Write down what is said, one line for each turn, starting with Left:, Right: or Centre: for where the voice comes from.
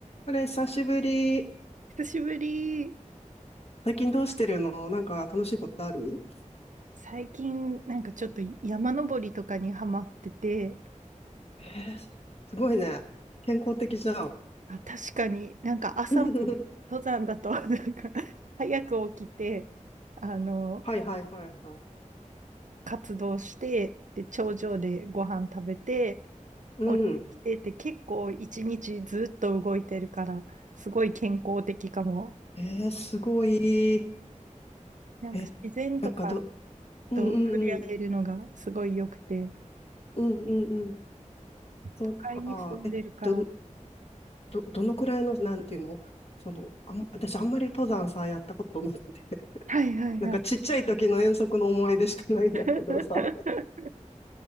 Left: あれ、久しぶり。
Right: 久しぶり。
Left: 最近どうしてるのなんか楽しいことある
Right: 最近、なんかちょっと山登りとかにハマってて、
Left: えー、すごいね。健康的じゃん。
Right: あ、確かになんか朝も
Left: <laughs>
Right: 登山だと、<laughs> なんか早く起きて、あの、
Left: はいはいはいはい。
Right: 活動して、で、頂上でご飯食べて、
Left: うん。
Right: 降りてきてって結構一日ずっと動いてるから、すごい健康的かも。
Left: えー、すごい。
Right: なんか自然とか
Left: え、なんかど、うんうんうん。
Right: と触れ合えるのがすごい良くて、
Left: うんうんうん。そっか。
Right: 都会に住んでるから。
Left: え、ど、ど、どのくらいの、なんていうのその、あん、私あんまり登山さ、やったことなくて。<laughs>
Right: はいはいはい。
Left: なんかちっちゃい時の遠足の思い出しかないんだけどさ。
Right: <laughs>